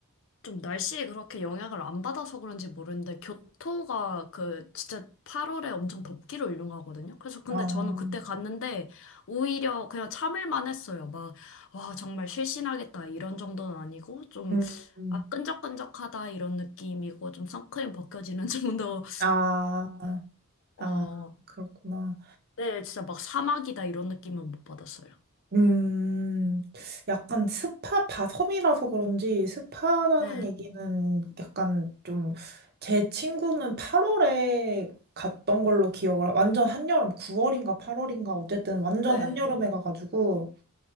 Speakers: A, on the left; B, on the right.
A: 좀 날씨에 그렇게 영향을 안 받아서 그런지 모르는데 교토가 그 진짜 8월에 엄청 덥기로 유명하거든요. 그래서 근데
B: 아,
A: 저는 그때 갔는데 오히려 그냥 참을만 했어요. 막, 와, 정말 실신하겠다 이런 정도는 아니고 좀
B: 음, 음.
A: 아, 끈적끈적하다 이런 느낌이고 좀 선크림 벗겨지는 <laughs> 정도이고
B: 아,
A: 어,
B: 아, 그렇구나.
A: 네, 진짜 막 사막이다 이런 느낌은 못 받았어요.
B: 음, 약간 스파, 바, 섬이라서 그런지 스파라는
A: 네,
B: 얘기는 약간 좀, 제 친구는 8월에 갔던 걸로 기억을, 하- 완전 한여름, 9월인가 8월인가, 어쨌든 완전
A: 네.
B: 한여름에 가가지고,